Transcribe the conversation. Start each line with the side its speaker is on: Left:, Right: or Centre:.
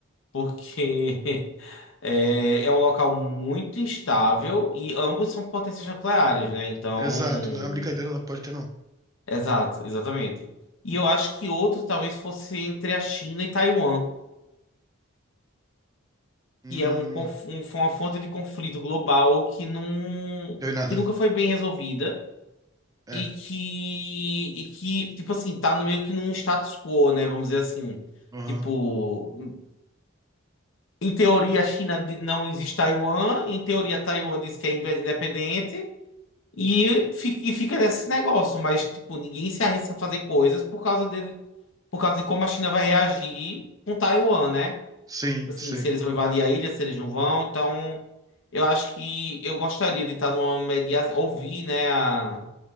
Left: Porque <laughs> é, é um local muito instável e ambos são potências nucleares, né? Então.
Right: Exato, não é uma brincadeira, não pode ter, não.
Left: Exato, exatamente. E eu acho que outro talvez fosse entre a China e Taiwan,
Right: Hum,
Left: que é um, conf- um- foi uma fonte de conflito global que não,
Right: deu em nada.
Left: que nunca foi bem resolvida
Right: É,
Left: e que, e que, tipo assim, tá no meio que num status quo, né? Vamos dizer assim.
Right: aham.
Left: Tipo, em teoria a China di- não existe Taiwan, em teoria Taiwan diz que é inde- independente, E fi- e fica nesse negócio, mas tipo, ninguém se arrisca a fazer coisas por causa dele, por causa de como a China vai reagir com Taiwan, né?
Right: Sim,
Left: Assim,
Right: sim.
Left: se eles vão invadir a ilha, se eles não vão, então eu acho que eu gostaria de estar numa mediação, ouvir, né, a,